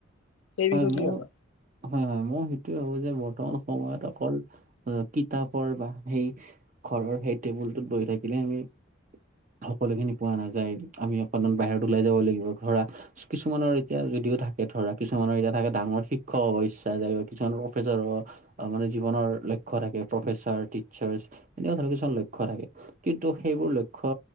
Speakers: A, on the left; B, on the right.
A: সেই
B: হয়
A: বিষয়ে
B: ম
A: কি ভাবা
B: হয় হয় মই সেইটোৱে ভাবো যে বৰ্তমান সময়ত অকল কিতাপৰ বা সেই ঘৰৰ সেই টেবুলটোত বহি থাকিলে আমি সকলো খিনি পোৱা নাযায় আমি অকনমান বাহিৰত ওলাই যাব লাগিব ধৰা কিছুমানৰ এতিয়া যদিও থাকে ধৰা কিছুমানৰ এতিয়া থাকে ডাঙৰ শিক্ষক হ'ব ইচ্ছা যায় কিছুমানৰ প্ৰফেচৰ হ মানে জীৱনৰ লক্ষ্য থাকে প্ৰফেছাৰ ট্ৰিছাৰ এনেকুৱা ধৰৰ কিছু লক্ষ্য থাকে। কিন্তু সেইবোৰ লক্ষ্য